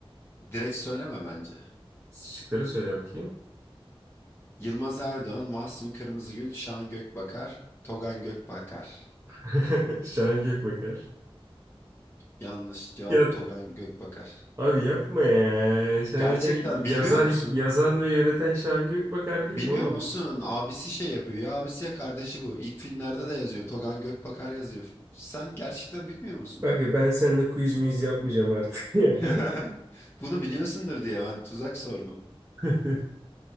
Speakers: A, on the left (about 25°); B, on the right (about 25°).
A: Direkt söyleme bence.
B: Şıkları söyle bakayım.
A: Yılmaz Erdoğan, Mahsun Kırmızıgül, Şan Gökbakar, Togan Gökbakar.
B: <laughs> Şahin Gökbakar.
A: Yanlış cevap
B: Ya
A: Togan Gökbakar.
B: abi yapma ya. Şahin
A: Gerçekten
B: Gökbakar yazar,
A: bilmiyor musun?
B: yazan ve yöneten Şahin Gökbakar değil
A: Bilmiyor
B: mi oğlum?
A: musun? Abisi şey yapıyor ya abisi ya kardeşi bu. İlk filmlerde de yazıyor. Togan Gökbakar yazıyor. Sen gerçekten bilmiyor musun
B: Bak
A: bunu?
B: ya ben seninle quiz miz yapmayacağım artık ya.
A: <laughs> Bunu biliyorsundur diye ben tuzak sordum.
B: <laughs>